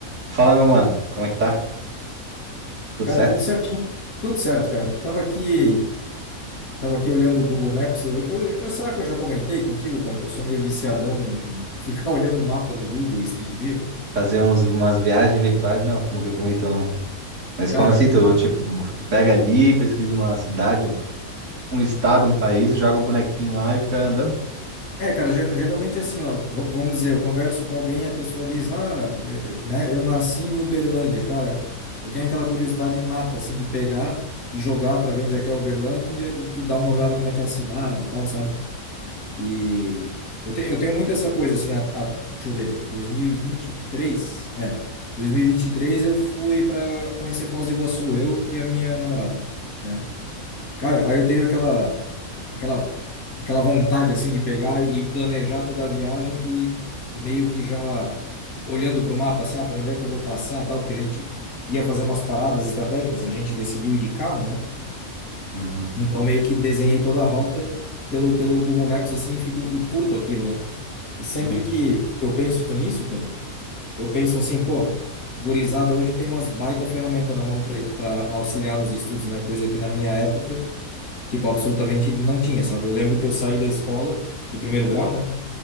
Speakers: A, on the right (about 55°); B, on the left (about 75°).
A: Fala, meu mano, como é que tá? Tudo
B: Cara,
A: certo?
B: tudo certinho. Tudo certo, cara. Tava aqui, tava aqui olhando o Google Maps. Eu, eu- eu- será que eu já comentei contigo, cara, que eu sou meio viciadão em <laughs> ficar olhando o mapa no Google Street View?
A: Fazer uns, umas viagens virtuais? Não, tu nunca comentou, não. Mas
B: Cara,
A: como assim?
B: cur-
A: Tu, tipo, pega ali, pesquisa uma cidade, um, um estado, um país, joga o bonequinho lá e fica andando?
B: é, cara, ger- geralmente assim, ó, v- vamos dizer, eu converso com alguém e a pessoa diz, ah, eu, eu- né, eu nasci em Uberlândia, cara. Eu tenho aquela curiosidade nata, assim, de pegar e jogar para ver onde é que é Uberlândia e, e dar uma olhada como é que é a cidade e tal, sabe? E eu, te- eu tenho muito essa coisa, assim, a, a, deixa eu ver, 2023 é, dois mil e e vinte e três eu fui para conhecer Foz do Iguaçu, eu e a minha namorada, né? Cara, aí eu tenho aquela, aquela, aquela vontade, assim, de pegar e planejar toda a viagem e, e meio que já olhando para o mapa, assim, ah, por onde é que eu vou passar, tal, porque a gente ia fazer umas paradas estratégicas, a gente decidiu ir de carro, né?
A: Uhum,
B: Então, meio que desenhei toda a rota pelo, pelo Google Maps, assim, e fico, e curto aquilo, né? E sempre
A: uhum,
B: que que eu penso nisso, cara, eu penso assim, pô, gurizada hoje tem umas baita ferramenta na mão para auxiliar nos estudos, né? Coisa que na minha época, tipo, absolutamente não tinha, sabe? Eu lembro que eu saí da escola, do primeiro grau, né?